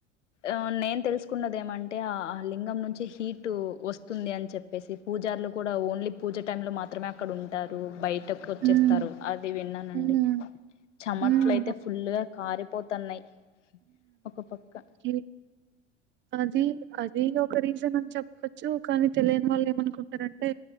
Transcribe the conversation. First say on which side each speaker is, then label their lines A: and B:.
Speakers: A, on the left (about 80°); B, on the right (about 35°).
A: ఆ నేను తెలుసుకున్నద ఏమంటే ఆ లింగం నుంచి హీట్ వస్తుంది అని చెప్పేసి పూజ లు కూడా ఓన్లీ పూజ టైమ్ లో మాత్రమే అక్కడ ఉంటారు బయట వచ్చేస్త
B: హ్మ్
A: స్తారు అది విన్నానండి
B: హ్మ్
A: చెమట్లు
B: హ్మ్
A: అయితే ఫుల్గా కారిపోతున్నాయి ఒక పక్క
B: ఏ అది అది ఒక రీజన్ అని చెప్పచ్చు కానీ తెలియని వాళ్ళు ఏమనుకుంటారంటే